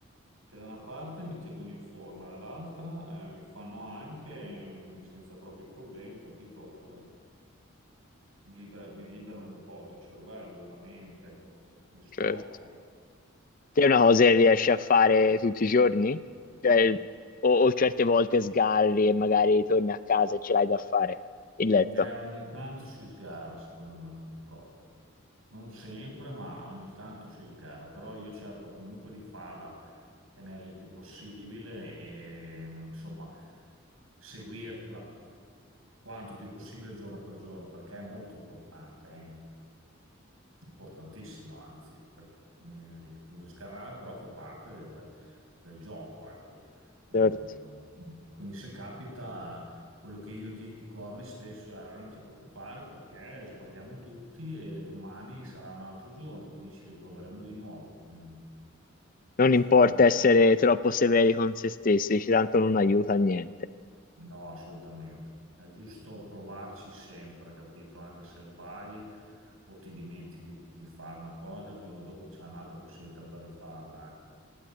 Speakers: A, on the right (about 85°); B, on the left (about 40°).
A: che da una parte mi tengono in forma, dall'altra eh, mi fanno anche, ehm, senza troppi problemi, capito? Eh, liber- mi liberano un po' il cervello, la mente, no? Mi sbloccano.
B: Certo. Te è una cosa che riesci a fare tutti i giorni? Cioè, o, o certe volte sgarri e magari torni a casa e ce l'hai da fare, il letto.
A: Eh, ogni tanto si sgarra, secondo me, purtroppo. Non sempre, ma ogni tanto si sgarra. Però io cerco comunque di farla tenere il più possibile e, insomma, seguirla quanto più possibile giorno per giorno, perché è molto importante, è importantissimo, anzi. Per, eh, sgarrare però fa parte del, del gioco, ecco. Eh,
B: Certo.
A: quindi se capita. Quello che io dico a me stesso è "Allora, non ti preoccupare perché sbagliamo tutti e domani sarà un altro giorno, quindi ci riproveremo di nuovo. Mm,
B: Non importa
A: Cercando...
B: essere troppo severi con se stessi, tanto non aiuta a niente.
A: No, assolutamente. È giusto provarci sempre, capito? Anche se sbagli o ti dimentichi di fare una cosa, il giorno dopo c'è un'altra possibilità per rifarla, ecco.